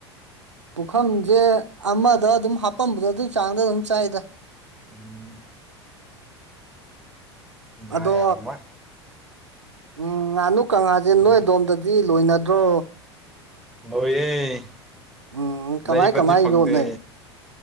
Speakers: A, on the right (about 85°); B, in the centre.
A: ꯄꯨꯈꯝꯖꯦ ꯑꯃꯗ ꯑꯗꯨꯝ ꯍꯥꯞꯄꯝꯕꯗꯣ ꯑꯗꯨ ꯆꯥꯡꯗ ꯑꯗꯨꯝ ꯆꯥꯏꯗ
B: ꯎꯝ ꯏꯌꯥ
A: ꯑꯗꯣ
B: ꯌꯥꯔꯝꯃꯣꯏ
A: ꯎꯝ ꯉꯥꯅꯨ ꯀꯥꯡꯉꯥꯖꯦ
B: ꯎꯝ
A: ꯅꯣꯏ ꯑꯗꯣꯝꯗ ꯗꯤ ꯂꯣꯏꯅꯗ꯭ꯔꯣ
B: ꯂꯣꯏꯌꯦ
A: ꯎꯝ ꯀꯃꯥꯏ
B: ꯂꯩꯕꯗꯤ
A: ꯀꯃꯥꯏ
B: ꯐꯪꯗꯦ
A: ꯌꯣꯟꯅꯩ